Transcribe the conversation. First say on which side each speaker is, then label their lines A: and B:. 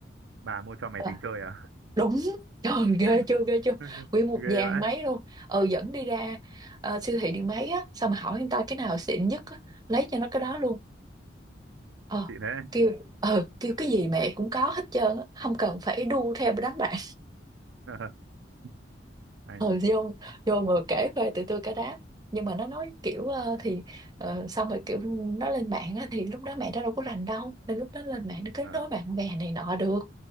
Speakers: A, on the right; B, on the right.
A: Bà mua cho mày
B: Ờ,
A: tính chơi à?
B: đúng trời ghê
A: <laughs>
B: chưa ghê chưa nguyên một
A: Ghê
B: dàn
A: vậy.
B: máy luôn ừ dẫn đi ra ờ, siêu thị điện máy á xong mà hỏi người ta cái nào xịn nhất á, lấy cho nó cái đó luôn ờ
A: Chị thế.
B: kêu ờ kêu cái gì mẹ cũng có hết trơn á không cần phải đu theo đám bạn
A: <laughs> Anh
B: ờ
A: ạ.
B: vô vô ngồi kể khoe từ từ cả đám nhưng mà nó nói kiểu ờ, thì ờ, xong rồi kiểu nó lên mạng á, thì lúc đó mẹ nó đâu có rành đâu nên lúc đó lên mạng nó kết
A: Ờ.
B: nối bạn bè này nọ được